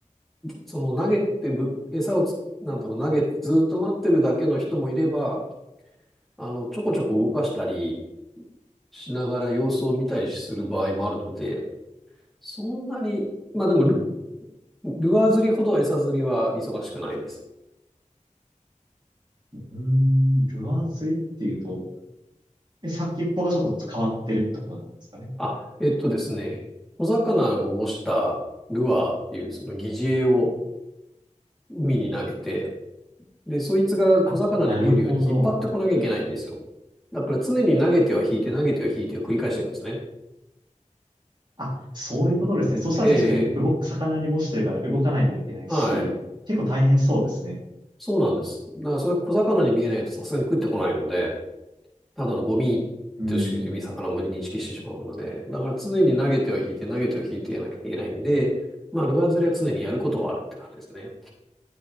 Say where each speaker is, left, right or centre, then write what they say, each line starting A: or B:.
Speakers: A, in the centre; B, on the right.
A: その投げてぶ、餌をつ、なんだろう、投げてずっと待ってるだけの人もいれば、あの、ちょこちょこ動かしたりしながら様子を見たりする場合もあるので、そんなに、まあでもル、
B: うん、
A: ルアー釣りほど餌釣りは忙しくないです。
B: うーん、ルアー釣りっていうと、え、先っぽがちょっと変わってるってことなんですかね。
A: あ、えっとですね、小魚を模したルアーっていうその擬似餌を海に投げて、で、そいつが小魚に見えるように引っ張ってこなきゃいけないんですよ。
B: あ、なるほど。
A: だから常に投げては引いて、投げては引いてを繰り返してるんですね。
B: あ、そういうことですね。そしたら確かに動動く、
A: ええ、
B: 魚に模してるから動かないといけないし、
A: はい。
B: 結構大変そうですね。
A: そうなんです。だからそれ小魚に見えないとさすがに食ってこないので、ただのゴミとして魚も認識してしまうので、
B: うーん。
A: だから常に投げては引いて投げては引いてやらなきゃいけないんで、まあルアー釣りは常にやることはあるって感じですね。